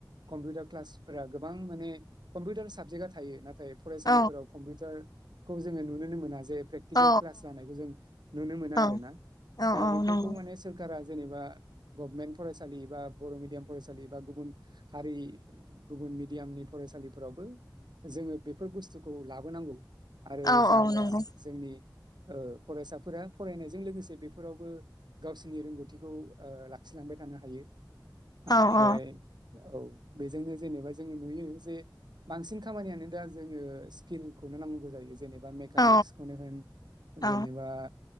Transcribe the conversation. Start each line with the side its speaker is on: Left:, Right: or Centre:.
Right: कम्पिउटार क्लासफोरा गोबां माने कम्पिउटार साबजेक्टआ थायो नाथाय फरायसालिफोराव
Left: औ
Right: कम्पिउटार खौ जोङो नुनोनो मोना जे प्रेकटिकेल
Left: औ
Right: क्लास जानायखौ जों नुनो मोना
Left: औ
Right: आरोना
Left: औ
Right: दा
Left: औ
Right: बेफोरखौ
Left: नंगौ
Right: माने सोरखारा जेनेबा गभमेन्ट फरायसालि बा बर' मिडियाम फरायसालि बा गुबुन हारि गुबुन मिडियामनि फरायसालिफोरावबो जोङो बेफोर बुस्थुखौ लाबोनांगौ। आरो
Left: औ
Right: जेनेबा
Left: औ नंगौ
Right: जोंनि ओ फरायसाफोरा फरायनायजों लोगोसे बेफोरावबो गावसोरनि रोंगौथिखौ ओ लाखिलांबाय थानो हायो। ओमफ्राय
Left: औ औ
Right: औ बेजोंनो जेनेबा जोङो नुयो जे बांसिन खामानियानो दा जोङो स्किलखौनो नांगौ जायो। जेनेबा मेकानिक्सखौनो
Left: औ
Right: होन
Left: औ
Right: जेनेबा